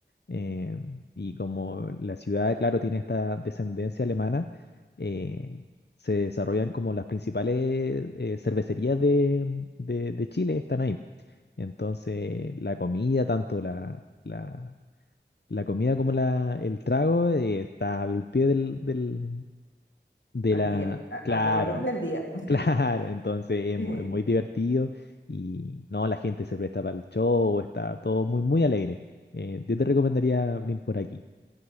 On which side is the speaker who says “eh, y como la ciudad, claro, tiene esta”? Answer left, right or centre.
Left